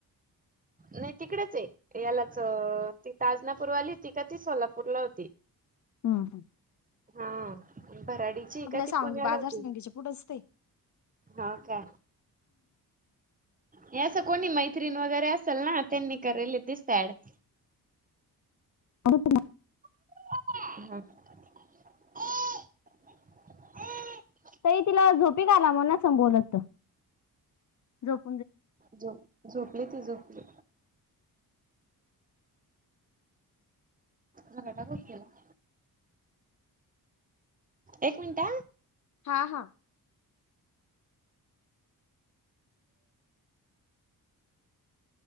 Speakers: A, on the right; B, on the left.
A: नाही तिकडेच आहे यालाच ती ताजनापूरवाली होती का ती सोलापूरला होती.
B: हम् हम्
A: हा भराडीची का ती
B: सावंगी
A: पुण्याला
B: बाजार
A: होती.
B: सावंगीच्या पुढंच ते.
A: हो का हे असं कोणी मैत्रीण वगैरे असेल ना त्यांनी करले दिसत आहे ऍड
B: अडप ना <inaudible>
A: ह <inaudible>
B: त तिला झोपी का आला म्हना संबवोलत झो <inaudible>
A: झप झोपली ती झोपली, मगटा गोतला <inaudible> एक मिनिटा
B: हा हा. <unintelligible>